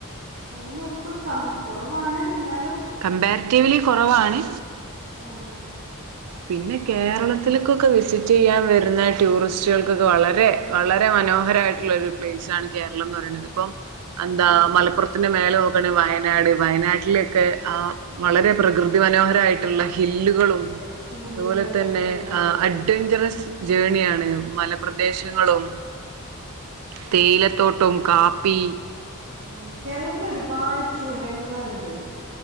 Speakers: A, on the right; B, on the right.
A: അതിന്റെ ഉപ്പ് കം കുറവാണ് എന്നാലും
B: കംമ്പാരിറ്റീവ്ലി കുറവാണ്
A: ആഹ്
B: പിന്നെ കേരളത്തിലേക്കൊക്കെ വിസിറ്റ് ചെയ്യാൻ വരുന്ന ടൂറിസ്റ്റുകൾക്കൊക്കെ വളരെ വളരെ മനോഹരമായിട്ടുള്ള ഒരു പ്ലേസ്സാണ് കേരളം എന്ന് പറയണത് ഇപ്പം എന്താ
A: ആഹ്
B: മലപ്പുറത്തിന്റെ മേ വയനാട് വയനാട്ടിലൊക്കെ ആ വളരെ പ്രകൃതി മനോഹരമായിട്ടുള്ള ഹില്ലുകളും
A: അതെ ചുരങ്ങള്
B: അതുപോലെ തന്നെ
A: ചുരങ്ങള്
B: അഡ്വെഞ്ചറസ് ജേർണിയാണ് മലപ്രദേശങ്ങളും
A: ഉ
B: തേയിലത്തോട്ടം കാപ്പി
A: ഉം കേരളത്തിൽ ഒരുപാട് ചുരങ്ങളുണ്ട്